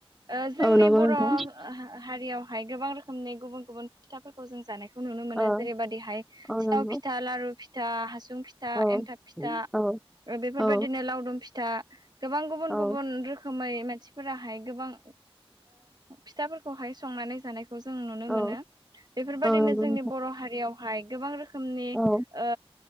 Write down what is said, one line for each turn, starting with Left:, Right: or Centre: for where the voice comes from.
Right: ओ जोंनि
Centre: औ नंगौ
Right: बर'
Centre: नोंथां
Right: हा- हा-हारि हारियावहाय गोबां रोखोमनि गुबुन गुबुन फिथाफोरखौ जों जानायखौ खौ नुनो मोनो
Centre: औ
Right: जेरै बादिहाय
Centre: औ
Right: सिथाव
Centre: नंगौ
Right: फिथा, लारु फिथा, हासुं सुं फिथा,
Centre: औ
Right: एन्थाब फिथा,
Centre: औ
Right: ओ बेफोरबायदिनो
Centre: औ
Right: लावदुम फिथा गोबां गुबुन
Centre: औ
Right: गुबुन रोखोमै मासिफोराहाय गोबां ओ फिथाफोरखौहाय संनानै जानाय खौ जोङो नुनो
Centre: औ
Right: मोनो बेफोरबायदिनो
Centre: औ नंगौ
Right: जोंनि
Centre: नोंथां
Right: बर' हारियावहाय गोबां रोखोम नि
Centre: औ
Right: ओ